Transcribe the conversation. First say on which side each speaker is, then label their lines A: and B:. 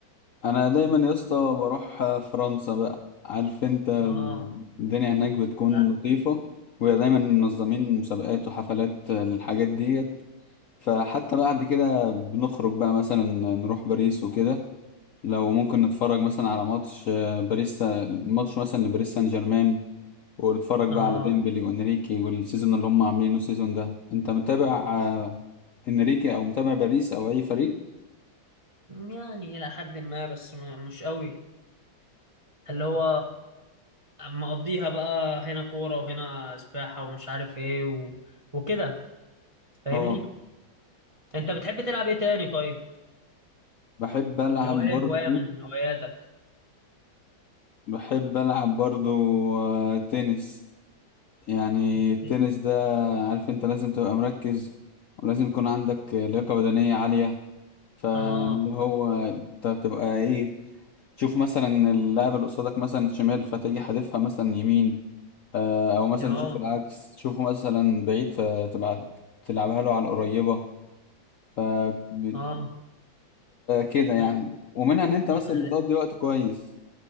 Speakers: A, on the left; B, on the right.
A: انا دايما يا اسطى بروح آه، فرنسا بقى عارف انت
B: اه
A: الدنيا هناك بتكون
B: لا
A: لطيفة ودايما منظمين مسابقات وحفلات آه، للحاجات ديت فحتى بعد كده بنخرج بقى مثلا نروح باريس وكده لو ممكن نتفرج مثلا على ماتش آه، باريس ماتش مثلا لباريس سان جيرمان واتفرج
B: اه
A: بقى على ديمبلي وانريكي والسيزون اللي هم عاملينه السيزون ده انت متابع آه، انريكي او متابع باريس او اي فريق
B: يعني الى حد ما بس م- مش قوي اللي هو مقضيها بقى هنا كوره وهنا سباحه ومش عارف ايه و... وكده فاهمني
A: اه
B: انت بتحب تلعب ايه تاني طيب
A: بحب العب
B: اللي هو ايه
A: برضو
B: هواية من هواياتك
A: بحب العب برضو آه، تنس يعني
B: الت-
A: التنس ده عارف انت لازم تبقى مركز ولازم يكون عندك لياقة بدنية عالية فاللي
B: اه
A: هو انت تبقى ايه تشوف مثلا اللاعب اللي قصادك مثلا شمال فتيجي حادفها مثلا يمين آه، او مثلا
B: اه
A: تشوف العكس تشوفه مثلا بعيد فتبقى تلعبها له على القريبة فبتبقى
B: اه
A: كده يعني
B: انا
A: ومنها ان انت مثلا
B: اه لا.
A: بتقضي وقت كويس